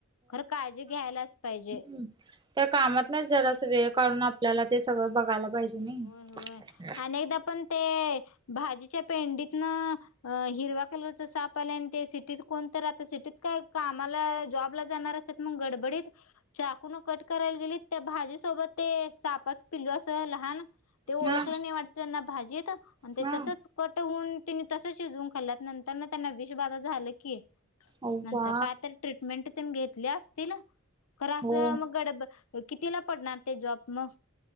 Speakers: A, on the left (about 80°); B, on the right (about 20°).
A: खरं काळजी घ्यायलाच पाहिजे
B: हम् त्या कामात ना जरास वेळ काढून आपल्याला ते सगळं बघायला पाहिजे नाही
A: होय होय अनेकदा पण ते भाजीच्या पेंडीतन अ हिरवा्या कलरच सापलान ते सिटीत कोणत आता सिटीत काय कामाला जॉबला जाणार अस मग गडबडत चाकुून कट करायला गेली त्या भाजीसोबत ते सापच पिलू असं लहान ते ओळखलं
B: हा
A: नाही वाटत त्यांना भाजी येत आणि ते
B: हा
A: तसंच कट न तिने तसं शिजवून खाल्ल्यात नंतर न त्यांना विष बाधा झालं की
B: अव्वा
A: म्हणता कायतरी ट्रीटमेंट त घेतले असतील तर असं
B: हो
A: मग गड कितीला पडणार ते जॉब मग